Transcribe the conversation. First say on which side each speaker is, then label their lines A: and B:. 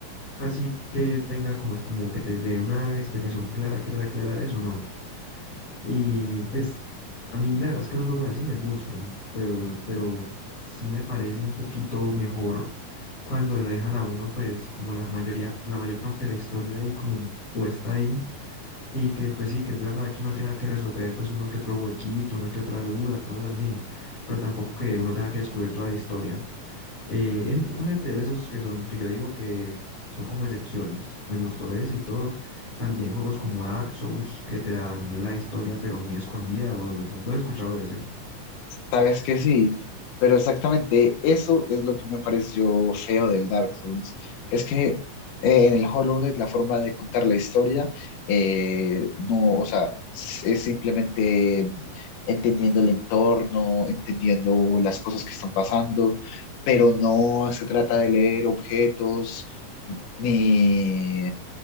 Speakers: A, on the left; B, on the left.
A: así que tenga como es como que te dé una explicación clara, clara, clara de eso, ¿no? Y pues a mí la verdad es que esos juegos así me gustan, pero, pero sí me parece un poquito mejor cuando lo dejan a uno, pues como la mayoría, la mayor parte de la historia ahí como puesta ahí y que pues sí, que es verdad que uno tenga que resolver pues uno que otro huequito, una que otra duda, cosas así, pero tampoco que uno tenga que descubrir toda la historia. Eh, en, únete de de esos que son, que yo digo que son como excepciones, me gustó ese y todo. También juegos como Dark Souls que te dan la historia pero muy escondida, ¿vos vos has escuchado de ese?
B: Sabes que sí, pero exactamente eso es lo que me pareció feo del Dark Souls. Es que eh, en el Hollow Knight la forma de contar la historia, eh, no, o sea, s- es simplemente entendiendo el entorno, entendiendo las cosas que están pasando, pero no se trata de leer objetos ni,